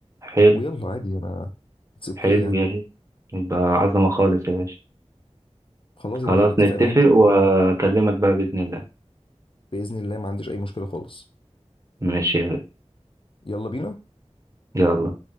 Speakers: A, on the right (about 25°); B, on the left (about 50°).
A: حلو
B: ويلا عادي انا اتس اوكي
A: حلو
B: يعني
A: يا ريت يبقى عظمة خالص يا باشا
B: خلاص
A: خلاص
B: يا باشا نتفق
A: نتفق
B: انا وانت
A: وأكلمك بقى بإذن الله
B: بإذن الله ما عنديش أي مشكلة خالص
A: ماشي يا غالي.
B: يلا بينا
A: يلا